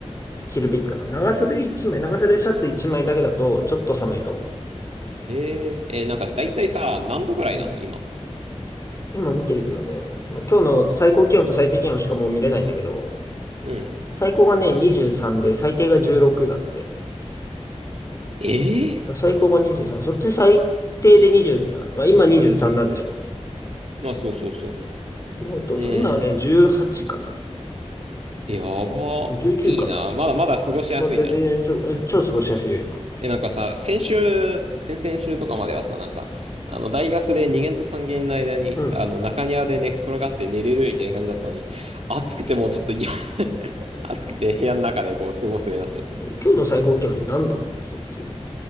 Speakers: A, on the left; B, on the right.
A: 着るべきかな。長袖一枚、長袖シャツ一枚だけだと、ちょっと寒いかも。
B: へえ、えーなんか大体さ、何度ぐらいなの今。
A: うん今見てるけどね、まあ、今日の最高気温と最低気温しかもう見れないんだけど、
B: うん。
A: 最高がね、23で、最低が16だって。だか
B: ええ
A: ら最高が23。そっち最低で23。まあ、今23なんでしょ
B: まあそうそうそ
A: もうどうぞ。
B: う。え
A: 今はね、18かな。
B: ー、やば。
A: 19か。
B: いいな。まだまだ過ごしやすいじゃん。
A: まあ、全然すご、超過ごしやすいよ、今。
B: え、なんかさ、先週、先々週とかまではさ、なんか、あの、大学で2限と3限の間に、
A: うん。
B: あの、中庭で寝っ転がって寝れるみたいな感じだったのに、暑くてもうちょっと嫌 <laughs> 暑くて部屋の中でこう過ごすようになっちゃって。
A: 今日の最高気温何度そっち。